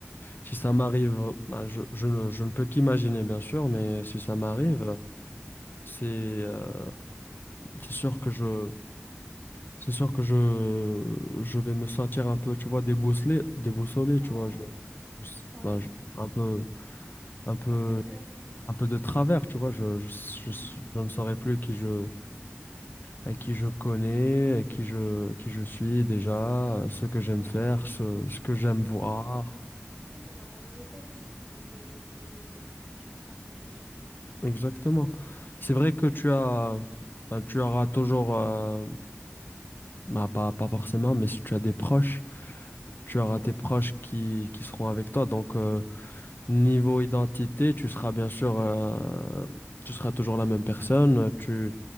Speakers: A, on the left (about 45°); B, in the centre.
A: si ça m'arrive, ben, je, je ne je ne peux qu'imaginer, bien sûr, mais si ça m'arrive,
B: Ouais,
A: c'est euh, c'est sûr que je c'est sûr que je je vais me sentir un peu, tu vois, déboussolé, déboussolé,
B: ouais,
A: tu vois, je, je-
B: ouais.
A: ben, je- un peu un peu
B: Genre perdu.
A: un peu de travers, tu vois, je, je, je,
B: Mhm.
A: je ne saurais plus qui je, à qui je connais, à qui je, qui je suis déjà, ce que j'aime
B: Ouais.
A: faire, ce, ce que j'aime voir.
B: Mais en fait, t'auras, en fait, t'auras pas de repère. Donc euh, c'est c'est bizarre comme situation.
A: Exactement. C'est vrai que tu as, ben, tu auras toujours, euh, ben, pas, pas forcément, mais si tu as des proches tu
B: Ouais.
A: auras tes proches qui, qui seront avec toi. Donc, euh, niveau identité, tu seras bien sûr, euh, tu seras toujours la même personne. Tu,